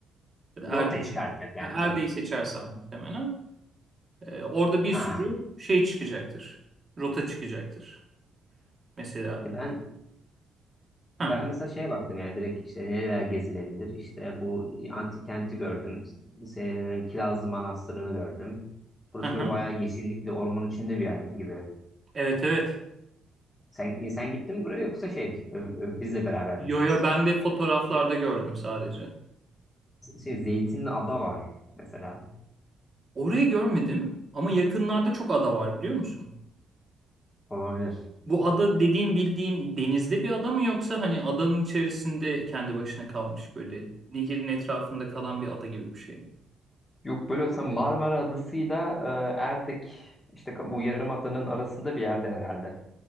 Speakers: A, on the right; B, on the left.
A: ya da
B: Rota
A: Erde'yi
B: çıkartacak
A: seç-
B: yani
A: Erde'yi
B: sana.
A: seçersen muhtemelen e, orada bir
B: Ha.
A: sürü şey çıkacaktır. Rota çıkacaktır. Mesela
B: E ben
A: Ha,
B: ben mesela şeye baktım yani direkt işte nereler gezilebilir. İşte bu antik kenti gördüm. Se- Kirazlı Manastırı'nı gördüm. Burası
A: ha,
B: böyle
A: ha.
B: bayağı yeşillikli orman içinde bir yer gibi.
A: Evet evet.
B: Sen sen gittin mi buraya yoksa şey ö- ö- bizle beraber mi gideceğiz?
A: Yo yo ben de fotoğraflarda gördüm sadece.
B: Şey Zeytinli ada var mesela
A: Orayı görmedim ama yakınlarda çok ada var biliyor musun?
B: olabilir.
A: Bu ada dediğin bildiğin denizde bir ada mı yoksa hani adanın içerisinde kendi başına kalmış böyle nehirin etrafında kalan bir ada gibi bir şey mi?
B: Yok böyle olsa Marmara Adası'yla e, Erdek işte ka- bu yarımadanın arasında bir yerde herhalde.